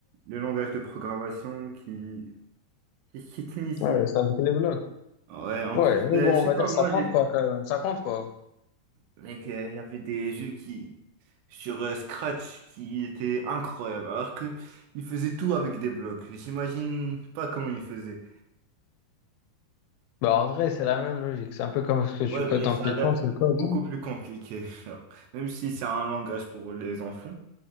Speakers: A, on the right; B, on the left.
A: le langage de programmation qui, qui, qui t'initie.
B: Ouais, c'est avec les blocs.
A: Ouais, en
B: Ouais,
A: plus,
B: mais
A: euh,
B: bon,
A: je sais
B: on va
A: pas,
B: dire que
A: moi,
B: ça compte
A: j'ai...
B: pas quand même. Ça compte pas.
A: Mec, euh, il y avait des jeux qui, sur euh, Scratch qui étaient incroyables, alors que ils faisaient tout avec des blocs. J'imagine pas comment ils faisaient.
B: Bah, en vrai, c'est la même logique. C'est un peu comme ce que tu
A: Ouais,
B: codes
A: mais
B: dans
A: ça
B: Python,
A: a l'air
B: c'est le code.
A: beaucoup plus compliqué, <laughs> genre. Même si c'est un langage pour les enfants,